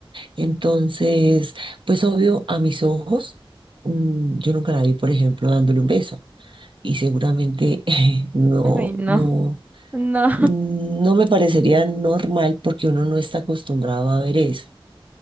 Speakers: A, on the right; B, on the right.
A: Entonces, pues obvio, a mis ojos, mm, yo nunca la vi, por ejemplo, dándole un beso. Y seguramente <laughs> no,
B: Ay, no.
A: no,
B: No.
A: mm, no me parecería normal porque uno no está acostumbrado a ver eso.